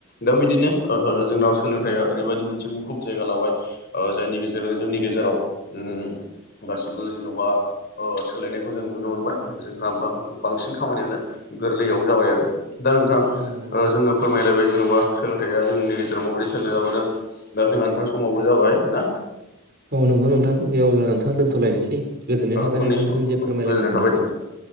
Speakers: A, on the left (about 50°); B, on the right (about 50°).
A: दा बिदिनो ओ जोंनाव सोलोंथाइया ओरैबायदि मोनसे मुखुब जायगा लाबाय। ओ जायनि गेजेरजों जोंनि गेजेराव उम गासिबो जेन'बा ओ सोलायनायखौ जों नुनो मोनबाय। जोंहा माखा बांसिन खामानियानो गोरलैयाव जाबाय आरो दा नोंथां ओ
B: औ नंगौ नोंथां
A: जोङो फोर मायलायबाय जेन'बा सोलोंथाइआ जोंनि गेजेराव माबोरै सोलायनाय लाबोदों। दा जोंहा नोंथां समाबो जाबाय ना
B: औ नंगौ नोंथां दे अब्ला नोंथा दोन्थ'लायनोसै गोजोननाय
A: औ
B: थाबाय
A: उननि
B: नोंथांनिसिम
A: समाव
B: जे
A: औ
B: फोरमायलायनाय
A: गोजोननाय
B: मोननानै
A: थाबाय नोंथां